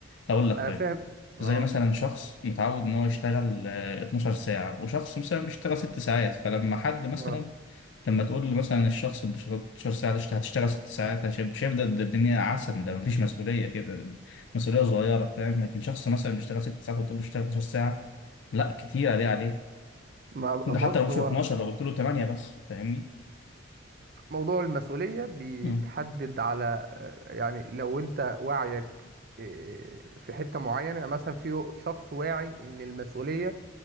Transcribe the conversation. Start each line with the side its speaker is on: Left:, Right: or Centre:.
Left: أقول لك
Right: انا
Left: طيب
Right: فاهم اه
Left: زي مثلا شخص متعود ان هو يشتغل آه، 12 ساعة وشخص مثلا بيشتغل 6 ساعات فلما حد مثلا
Right: اه
Left: لما تقول لي مثلا الشخص ب 16 ساعة دي هتشتغل ست ساعات هشايف شايف ده ده الدنيا عسل ده مفيش مسؤولية كده مسؤولية صغيرة فاهم لكن شخص مثلا بيشتغل ست ساعات وتقول له اشتغل 12 ساعة لا كتير دي عليه
Right: ما بص
Left: ده حتى لو مش
Right: هو
Left: 12 لو قلت له 8 بس فاهمني؟
Right: موضوع المسؤولية بيتحدد
Left: مم.
Right: على آه، يعني لو انت وعيك آه، في حتة معينة يعني مثلا في شخص واعي ان المسؤولية